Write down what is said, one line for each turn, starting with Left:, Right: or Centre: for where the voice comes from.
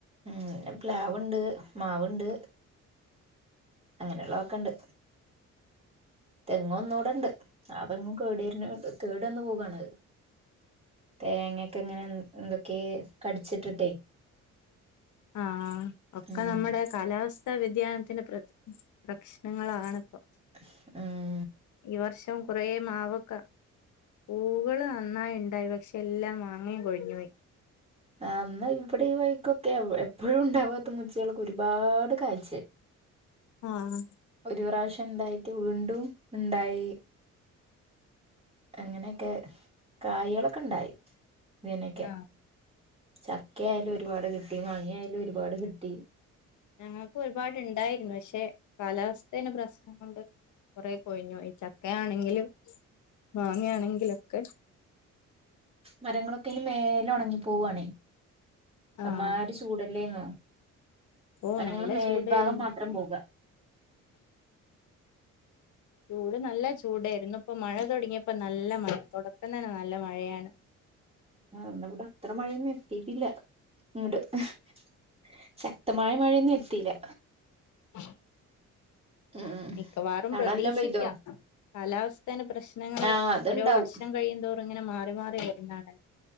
Right: ഉം ന്നെ പ്ലാവ്ണ്ട് മാവുണ്ട് അങ്ങനെയുള്ള ഒക്കെണ്ട് തെങ്ങ് ഒന്നുടെണ്ട് ആ തെങ്ങും കേട് വരണ് കേടന്നു പോകാണ് അത് തേങ്ങക്കെ ഇങ്ങനെ എന്തൊക്കെ കടിച്ചിട്ടുട്ടേ
Left: ആഹ് ഒക്കെ
Right: ഉം
Left: നമ്മുടെ കാലാവസ്ഥാ വ്യതിയാനത്തിന്റെ പ്രത് പ്രശ്നങ്ങളാണിപ്പോ
Right: മ്ഹ് ഉം
Left: ഈ വർഷം കുറേ മാവൊക്കെ പൂകള് നന്നായിണ്ടായി പക്ഷെ എല്ലാം മാങ്ങേ കൊഴിഞ്ഞു പോയി
Right: ആഹ് ന്ന ഇവിടെ ഈ വഴിക്കൊക്കെ എപ്പോഴും ഉണ്ടാവാത്ത മൂ ച്ചിളൊക്കെ ഒരുപാട് കായ്ച്
Left: ആഹ്
Right: ഒരു പ്രാവശ്യം ഇണ്ടായിട്ട് വീണ്ടും ഇണ്ടായി അങ്ങനെക്കെ കായ്ളൊക്കെ ഇണ്ടായി ഇതിനെക്കെ
Left: ആഹ്
Right: ചക്കയാലും ഒരുപാട് കിട്ടി മാങ്ങയാലും ഒരുപാട് കിട്ടി
Left: ഞങ്ങൾക്കും ഒരുപാടുണ്ടായിരുന്നു പക്ഷെ കാലാവസ്ഥേൻ്റെ പ്രശ്നം കൊണ്ട് കൊറെ കൊഴിഞ്ഞോയി ചക്കയാണെങ്കിലും മാങ്ങയാണെങ്കിലൊക്കെ
Right: മരങ്ങളൊക്കെനിം മേലെ ഒണങ്ങി പോവാണെ
Left: ആഹ്
Right: അമ്മാരി ചൂ ടല്ലേന്നോ
Left: ഓഹ്
Right: അനങ്ങണ്
Left: നല്ല
Right: മേൽഭാഗം
Left: ചൂടായിരുന്നു
Right: മാത്രം പോകാ
Left: ചൂട് നല്ല ചൂടേർന്നു ഇപ്പൊ മഴ തൊടങ്ങിയപ്പോ നല്ല മഴ തൊടക്കം തന്നെ നല്ല മഴയാണ്
Right: ആഹ് ന്ന ബടെ അത്ര മഴൊന്നും എത്തിട്ടില്ല ഇങ്ങട് അഹ് ച ശക്തമായ മഴയൊന്നും എത്തിയില്ല.
Left: ഉ
Right: ഉം
Left: മിക്കവാറും
Right: അവിടെ
Left: പ്രതീക്ഷിക്കാം.
Right: നല്ലോം പെയ്തോ
Left: കാലാവസ്ഥേടെ പ്രശ്നങ്ങൾ,
Right: ആഹ് അത്ണ്ടാവും
Left: ഓരോ വർഷം കഴിയന്തോറും ഇങ്ങനെ മാറി മാറി വരുന്നാണല്ലോ